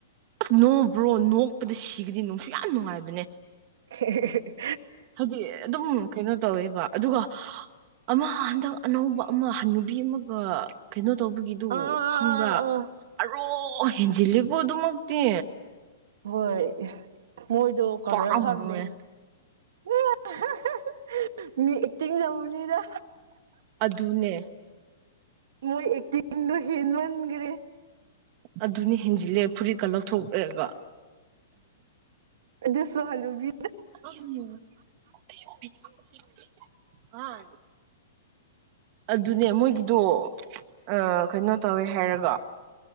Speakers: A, on the right; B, on the right.
A: ꯅꯣꯕ꯭ꯔꯣ ꯅꯣꯛꯄꯗ ꯁꯤꯒꯅꯤ ꯅꯨꯡꯁꯨ ꯌꯥꯝ ꯅꯨꯡꯉꯥꯏ
B: ꯍꯦꯍꯦꯍꯦ
A: ꯍꯥꯏꯗꯤ ꯑꯗꯨꯝ ꯀꯩꯅꯣ ꯇꯧꯋꯦꯕ ꯑꯗꯨꯒ ꯑꯃ ꯍꯟꯗꯛ ꯑꯅꯧꯕ ꯑꯃ ꯍꯅꯨꯕꯤ ꯑꯃꯒ ꯀꯩꯅꯣ ꯇꯧꯕꯒꯤꯗꯨ
B: ꯑꯥ
A: ꯈꯪꯕ꯭ꯔꯥ
B: ꯑ
A: ꯑꯔꯣ ꯍꯦꯟꯖꯤꯜꯂꯦꯀꯣ ꯑꯗꯨꯃꯛꯇꯤ
B: ꯍꯣꯏ ꯃꯣꯏꯗꯣ <unintelligible>
A: ꯄꯥꯝꯃꯨꯋꯦ
B: ꯈꯪꯗꯦ ꯃꯦ ꯍꯥꯍꯥꯍꯥ ꯃꯤ ꯑꯦꯛꯇꯤꯡ ꯌꯧꯔꯨꯅꯤꯗ
A: ꯑꯗꯨꯅꯦ
B: ꯃꯣꯏ ꯑꯦꯛꯇꯤꯡꯗꯣ ꯍꯟꯃꯟꯒ꯭ꯔꯦ
A: ꯑꯗꯨꯅꯤ ꯍꯦꯟꯖꯤꯜꯂꯦ ꯐꯨꯔꯤꯠꯀ ꯂꯧꯊꯣꯛꯂꯦꯒ
B: ꯑꯗꯨꯁꯨ ꯍꯅꯨꯕꯤ
A: <inaudible> <unintelligible> ꯑꯗꯨꯅꯦ ꯃꯣꯏꯒꯤꯗꯣ ꯑ ꯀꯩꯅꯣ ꯇꯧꯋꯦ ꯍꯥꯏꯔꯒ